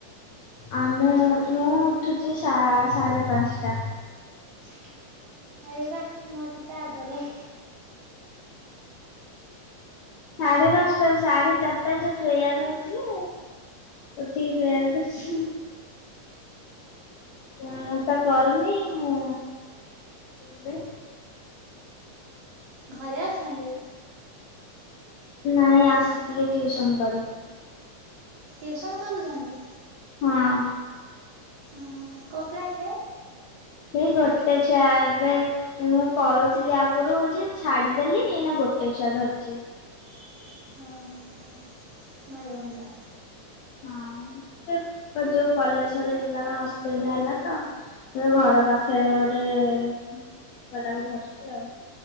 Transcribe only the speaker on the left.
ଆମେ ମୁଁ ଉଠୁଚି ସା-ସା-ସାଢ଼େ ପାଞ୍ଚଟା।
ସାଢେ ପାଞ୍ଚଟା ସାଢେ ଚାରିଟା ଯୋଉ ପ୍ରେୟାର ହୋଉଚି ଯେ ଉଠିକି ପ୍ରେୟାର କରୁଛନ୍। ମୁଁ ତ କରୁନି ମୁଁ ଏବେ
ନାଇଁ ଆସିଥିଲି ଟିଉସନ କରି।
ହଁ।
ସେଇ ଗୋଟେ ଛୁଆ ଏବେ ମୁଁ କରୁଥିଲି ଆଗରୁ ଯେ ଛାଡିଦେଲି ଏଇନା ଗୋଟେ ଛୁଆ ଧରିଚି।
ହଁ ସେ ଯୋଉ କଲେଜ ଫଲେଜ ଯିବା ପାଇଁ ଅସୁବିଧା ହେଲା ତ ଏ ଘର ପାଖରେ ଗୋଟେ ଛୁଆ ଟାକୁ ଧରିଚି ଆଉ।